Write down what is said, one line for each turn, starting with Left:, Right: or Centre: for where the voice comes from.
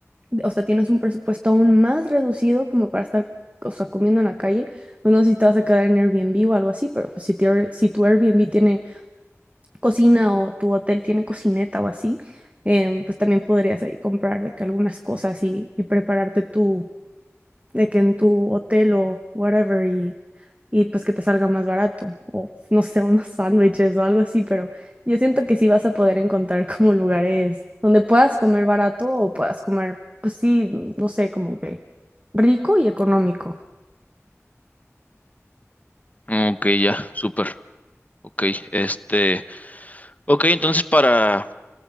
Right: o sea, tienes un presupuesto aún más reducido como para estar, o sea, comiendo en la calle, pues no sé si te vas a quedar en Airbnb o algo así, pero pues, si, tu Air- si tu Airbnb tiene cocina o tu hotel tiene cocineta o así, em, pues también podrías ahí comprar de que algunas cosas y, y prepararte tú, de que en tu hotel o whatever y, y pues que te salga más barato o no sé, unos <laughs> sándwiches o algo así, pero yo siento que sí vas a poder encontrar como lugares donde puedas comer barato o puedas comer, pues sí, no sé, como que rico y económico.
Left: Mm, Ok, ya, súper. Ok, este, ok, entonces para